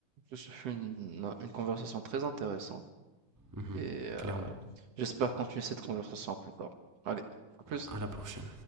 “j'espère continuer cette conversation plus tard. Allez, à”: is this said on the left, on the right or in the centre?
Right